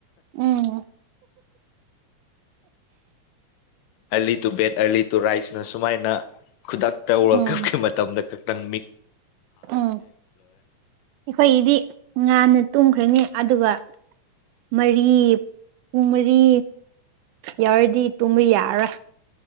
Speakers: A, on the right (about 80°); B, on the left (about 85°).
A: ꯎꯝ
B: early to bed early to ꯔꯥꯏꯁꯅ ꯁꯨꯃꯥꯏꯅ ꯈꯨꯗꯛꯇ ꯋꯥꯔꯜ
A: ꯎꯝ
B: ꯀꯞꯀꯤ ꯃꯇꯝꯗ ꯇꯪꯃꯤ
A: ꯎꯝ ꯑꯩꯈꯣꯏꯒꯤꯗꯤ ꯉꯥꯟꯅ ꯇꯨꯝꯈ꯭ꯔꯅꯤ ꯑꯗꯨꯒ ꯃꯔꯤ ꯄꯨꯡ ꯃꯔꯤ ꯌꯥꯎꯔꯗꯤ ꯇꯨꯝꯕ ꯌꯥꯔꯥ